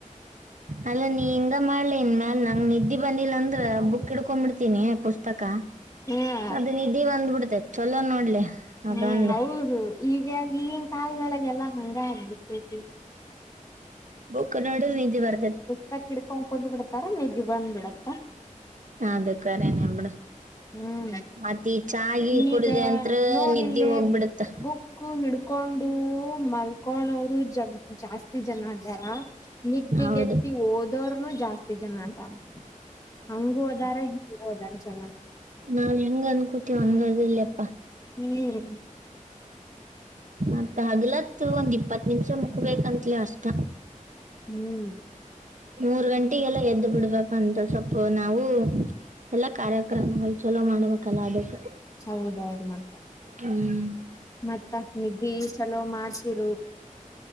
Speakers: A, on the right; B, on the left.
A: ಅಲ್ಲ ನೀ ಇಂಗ ಮಾಡ್ಲ ಇನ್ ಮ್ಯಾ ನಂಗ್ ನಿದ್ದಿ ಬಂದಿಲ್ಲ ಅಂದ್ರೆ ಬುಕ್ ಹಿಡ್ಕೊಂಡ್ಬಿಡ್ ತಿನಿ ಪುಸ್ತಕ,
B: ಹ್ಮ್
A: ಅದ್ ನಿದ್ದಿ ಬಂದ್ಬಿಡ್ತೆ ಚಲೋ ನೋಡ್ಲಿ, ಆ
B: ಹ್ಮ್
A: ಬಂದ್
B: ಹೌದು ಈಗ ಈಗಿನ ಕಾಲದೊಳಗೆಲ್ಲಾ ಹಂಗ ಆಗ್ಬಿಟ್ಟೈತಿ.
A: ಬುಕ್ ನೋಡದ್ರೆ ನಿದ್ದೆ ಬರ
B: ಪುಸ್ತಕ್ ಇಡ್ಕೊಂಡ್ ಕುಂತ್ ಬಿಡ್ತಾರ, ನಿದ್ <unintelligible> ಬಂದ್ ಬಿಡತ್
A: ಅದ್ ಕರೇನೇ ಬಿಡು
B: ಹ್ಮ್
A: ಮತ್ ಈ ಚಾ ಗಿ ಕುಡ್ದೆ
B: ಈಗ
A: ಅಂತ್ರ
B: ನೋಡಿಲ್ಲೇ
A: ನಿದ್ದಿ ಹೋಗ್ಬಿಡತ್ತ
B: ಬುಕ್ಕು ಹಿಡ್ಕೊಂಡು ಮಲ್ಕೋಣೋರು ಜ ಜಾಸ್ತಿ ಜನ ಅದಾರ ನಿದ್ದ್ದಿಗೆಟ್ಟಿ
A: ಹೌದು
B: ಓದೋರ್ನು ಜಾಸ್ತಿ <unintelligible> <unintelligible> ಹಂಗು ಅದಾರ ಹಿಂಗು ಅದಾರ ಜನ.
A: ನಾವ್ ಹೆಂಗ್ ಅನ್ಕೋತೀವ್ ಹಂಗ ಅದಲ್ ಯಪ್ಪಾ.
B: <unintelligible>
A: ಮತ್ತ ಹಗಲತ್ತು ಒಂದ್ ಇಪ್ಪತ್ ನಿಮಿಷ ಮಕ್ಬೇಕಂತ್ಲೆ ಅಷ್ಟ.
B: ಹ್ಮ್
A: ಮೂರ್ ಗಂಟೆಗೆಲ್ಲ ಎದ್ದು ಬಿಡ್ಬೇಕಂತ ಸೋಪ್ಪ್ ನಾವು ಎಲ್ಲಾ ಕಾರ್ಯಕ್ರಮಗಳು ಚಲೋ ಮಾಡ್ಬೇಕಲ್ಲ ಅದಕ್ಕ.
B: ಹೌದೌದು ಮತ್ತ.
A: ಹ್ಮ್
B: ಮತ್ತ ನಿದ್ದಿ ಚಲೋ ಮಾಡ್ತಿರು.